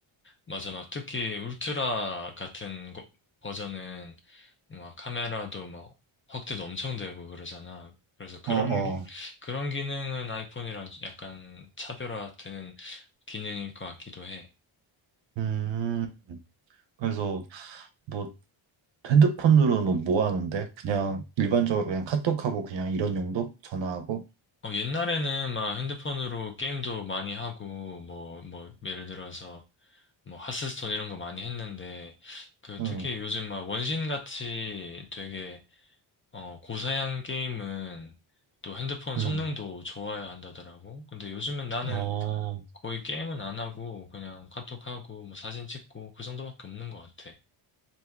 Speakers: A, on the left; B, on the right.
A: 맞아, 막 특히 울트라 같은 거- 버전은 막 카메라도 막 확대도 엄청 되고 그러잖아. 그래서 그런
B: 어 어.
A: 기- 그런 기능은 아이폰이랑 약간 차별화되는 기능일 것 같기도 해.
B: 음 그래서 뭐 핸드폰으로는 뭐뭐 하는데? 그냥 일반적으로 그냥 카톡하고 그냥 이런 용도? 전화하고?
A: 어, 옛날에는 막 핸드폰으로 게임도 많이 하고 뭐 뭐 예를 들어서 뭐 하스스톤 이런 거 많이 했는데 그
B: 응,
A: 특히 요즘 막 원신 같이 되게 어, 고사양 게임은 또 핸드폰 성능도
B: 응.
A: 좋아야 한다더라고. 근데 요즘은 나는
B: 어,
A: 거의 게임은 안 하고 그냥 카톡하고 뭐 사진 찍고 그 정도밖에 없는 것 같아.